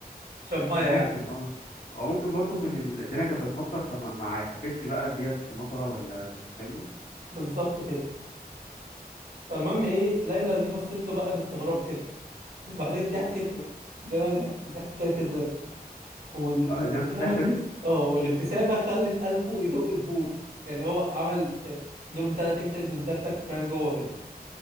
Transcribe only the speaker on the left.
ممكن
اه او ممكن برضو من ال... الدنيا كانت بتمطر فما ما عرفتش بقى ديت مطره ولا انت فاهمني
اه ده نفس الضحكه
دي